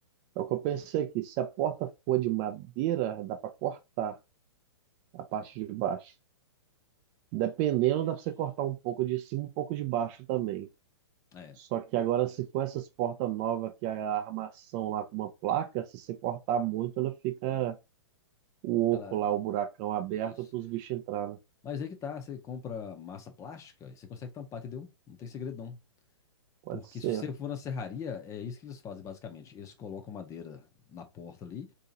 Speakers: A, on the right; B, on the left.
A: é o que eu pensei aqui. Se a porta for de madeira, dá para cortar a parte de baixo. Dependendo,
B: Isso.
A: dá para você cortar um pouco de cima, um pouco de baixo também.
B: É.
A: Só que agora, se for essas portas novas que é a armação lá com uma placa, se você cortar muito, ela fica o
B: Ela.
A: oco lá, o buracão aberto
B: Isso.
A: para os bichos entrarem.
B: Mas aí que tá, você compra massa plástica, e você consegue tampar, entendeu? Não tem segredo não.
A: Pode
B: Porque
A: ser.
B: se você for na serraria, é isso que eles fazem basicamente. Eles colocam madeira na porta ali